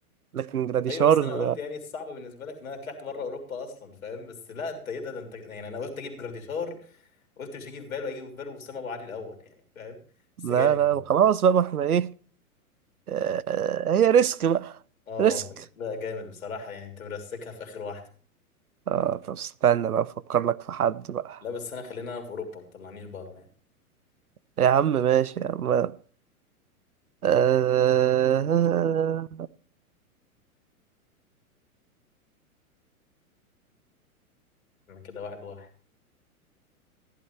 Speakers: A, on the right; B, on the left.
A: لكن جراديشار
B: ايوه بس انا قلت يعني الصعب بالنسبه لك ان انا طلعت بره اوروبا اصلا فاهم بس لا انت ايه ده, ده انت يعني انا قلت اجيب جراديشار قلت مش هيجي في باله هيجي في باله اسامه ابو علي الاول يعني فاهم بس
A: لا
B: جامد
A: لا خلاص بقى ما احنا ايه آه، هي ريسك بقى
B: اه
A: ريسك
B: لا جامد بصراحة يعني انت مرسكها في اخر واحدة
A: اه طب استنى بقى افكر لك في حد بقى
B: لا بس انا خلينا انا في اوروبا ما طلعنيش بره يعني
A: يا عم ماشي يا عم آه...
B: انا كده واحد واحد